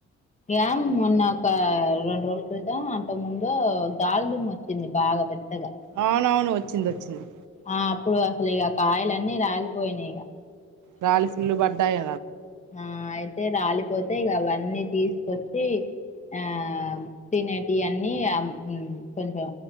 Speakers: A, on the left (about 25°); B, on the right (about 80°).
A: ఏం మొన్న ఒక రెండు రోజుల క్రితం అంతకు ముందు గాల్ దుమ్ము ఓచ్చింది. బాగా పెద్దగా
B: అవునవును ఓచ్చింది వోచ్చింది.
A: ఆ అప్పుడు అసలు ఇగ కాయలన్నీ రాలిపోయినాయి ఇగ
B: రాలీ ఫుల్లు పడ్డాయి.
A: ఆ అయితే రాలిపోతే ఇగ అవన్నీ తీసుకొచ్చి ఆమ్ తినేటి అన్ని ఆమ్ ఉం కొంచెం